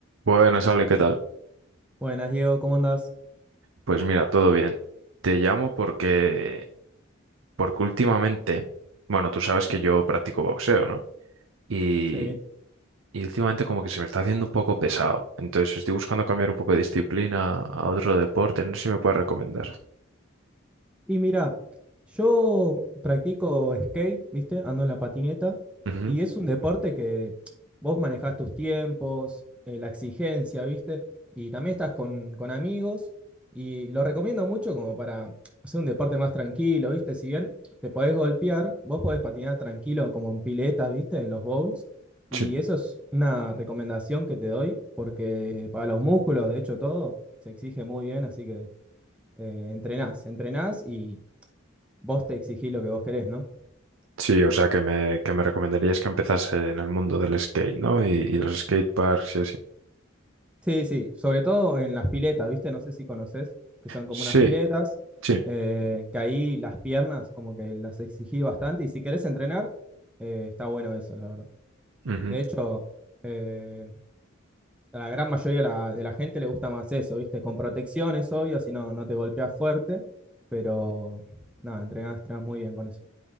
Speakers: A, on the right; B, in the centre.
A: Buenas, Ale, ¿qué tal?
B: Buenas, Diego, ¿cómo andás?
A: Pues mira, todo bien. Te llamo porque, porque últimamente, bueno, tú sabes que yo practico boxeo, ¿no? Y,
B: Sí.
A: y últimamente como que se me está haciendo un poco pesado. Entonces estoy buscando cambiar un poco de disciplina a otro deporte. No sé si me puedes recomendar.
B: Y mira, yo practico skate, ¿viste? Ando en la patineta
A: Ujú,
B: y es un deporte que vos manejás tus tiempos, eh, la exigencia, ¿viste? Y también estás con, con amigos y lo recomiendo mucho como para hacer un deporte más tranquilo, ¿viste? Si bien te podés golpear, vos podés patinar tranquilo como en piletas, ¿viste? En los bowls. Y
A: Sí.
B: eso es una recomendación que te doy porque para los músculos, de hecho, todo se exige muy bien, así que... eh, entrenás, entrenás y vos te exigís lo que vos querés, ¿no?
A: Sí, o sea, que me, que me recomendarías que empezase en el mundo del skate, ¿no? Y, y los skateparks y así.
B: Sí, sí, sobre todo en las piletas, ¿viste? No sé si conoces, que son como
A: Sí,
B: unas piletas,
A: sí.
B: eh, que ahí las piernas como que las exigí bastante y si querés entrenar, eh, está bueno eso, la verdad.
A: ujú,
B: De hecho, eh, a la gran mayoría de la, de la gente le gusta más eso, ¿viste? Con protección es obvio, si no, no te golpeas fuerte, pero nada, entrenás, entrenás muy bien con eso.